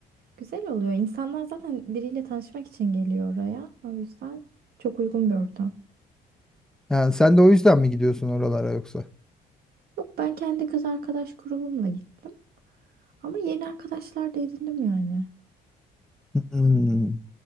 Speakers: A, on the right; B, in the centre.
A: güzel oluyor. İnsanlar zaten biriyle tanışmak için geliyor oraya. O yüzden çok uygun bir ortam.
B: Yani sen de o yüzden mi gidiyorsun oralara yoksa?
A: Yok ben kendi kız arkadaş grubumla gittim. Ama yeni arkadaşlar da edindim yani.
B: Hmm.